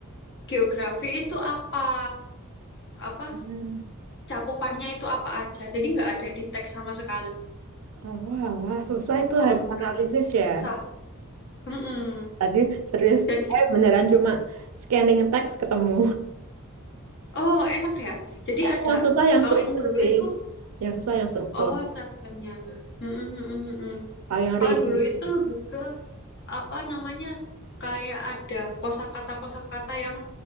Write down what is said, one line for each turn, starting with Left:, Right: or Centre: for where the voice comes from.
Left: geografi itu apa? Apa
Right: Hmm.
Left: cakupannya itu apa aja. Jadi nggak ada di teks sama sekali.
Right: Oh, wah, wah, susah itu
Left: Kalau
Right: harus
Left: dulu
Right: analisis ya.
Left: susah. Mm-mm.
Right: Tadi serius,
Left: Dan it-
Right: saya beneran cuma scanning teks ketemu.
Left: oh enak ya. Jadi
Right: Tapi
Left: ada
Right: yang susah yang
Left: kalau
Right: struktur
Left: yang dulu
Right: sih.
Left: itu
Right: Yang susah yang struktur.
Left: oh chapternya. Mm-mm, mm-mm, mm-mm.
Right: Kalau yang
Left: Kalau
Right: reading.
Left: dulu itu lebih ke apa namanya kayak ada kosakata kosakata yang